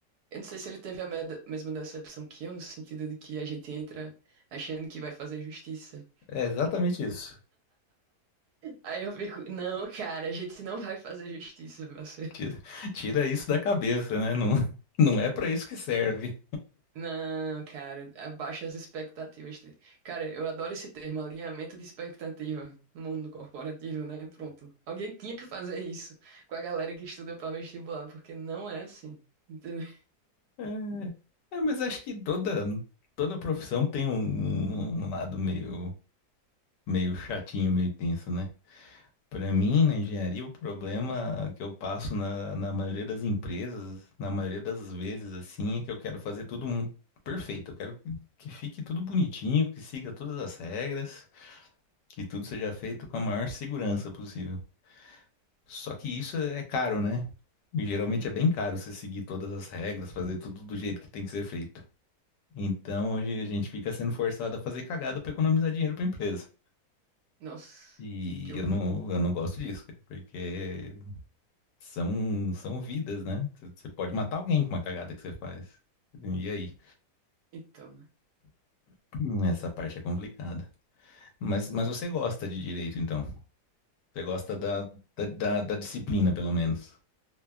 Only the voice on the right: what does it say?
Eu não sei se ele teve a meda- mesma decepção que eu, no sentido de que a gente entra achando que vai fazer justiça.
Aí eu fico, não, cara, a gente não vai fazer justiça, você.
Não, cara, abaixa as expectativas. Cara, eu adoro esse termo, alinhamento de expectativa no mundo corporativo, né? Pronto. Alguém tinha que fazer isso com a galera que estuda pra vestibular, porque não é assim, entendeu?
<laughs> Nossa,
que horror.
Então, né?